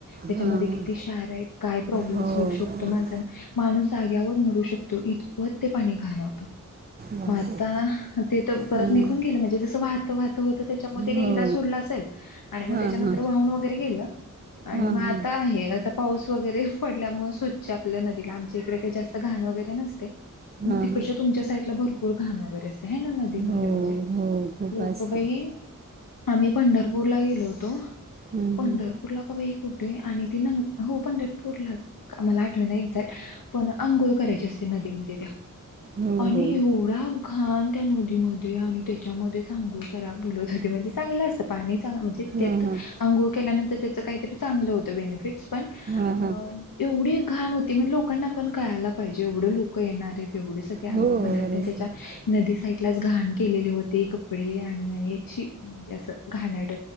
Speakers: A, on the left; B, on the right.
A: त्याच्यामध्ये
B: हां
A: किती क्षार आहेत काय प्रॉब्लेम
B: हो
A: होऊ शकतो
B: बरोबर
A: माणसाना माणूस जाग्यावर मरू शकतो इतपत ते पाणी घाण होतं.
B: बापरे
A: मग आता ते तर परत
B: हं,
A: निघून गेलं म्हणजे जसं वाहत वाहत होतं त्याच्यामध्ये
B: हो
A: एकदा सोडलं असेल. आणि मग
B: हां
A: त्याच्यानंतर
B: हां
A: वाहूण वगैरे गेलं
B: हां
A: आणि
B: हां
A: मग आता आहे आता पाऊस वगैरे पडल्यामुळे स्वच्छ आपल्या नदीला आमच्या इकडे काही जास्त घाण वगैरे नसते. पण
B: हां
A: तिकडच्या
B: हां
A: तुमच्या साईडला भरपूर घाण वगैरे असते हाय ना नदीमध्ये
B: हो
A: म्हणजे
B: हो खूप
A: लोकंबाई
B: असतं
A: आम्ही पंढरपूरला गेलो होतो
B: हं
A: पंढरपूरला
B: हं
A: का बाई कुठे आहे आणि ती नंग हो पंढरपूरलाच मला आठव ना एक्झॅक्ट पण आंघोळ करायची असते नदीमध्ये त्या
B: हो
A: आणि
B: हो
A: एवढा घान त्या नदीमध्ये आणि त्याच्यामध्येच आंगोळ करा बोलत होते म्हणजे चांगलं असतं पाणी चांगल म्हणजे त्यात
B: हां हां
A: अंंगोळ केल्यानंतर त्याचं काहीतरी चांगलं होतं बेनिफिटस पण
B: हां
A: अ
B: हां
A: एवढी घाण होती म्हणजे लोकांना पण कळायला पाहिजे एवढे लोक येणार आहेत ऐवढे सगळे अंगोळ
B: हो
A: करनार
B: बरोबर
A: आहेत
B: हं
A: त्याच्या नदी सा साइडलाच घाण केली होती कपडे आणि आणि शी म्हणजे असं घाण्यारड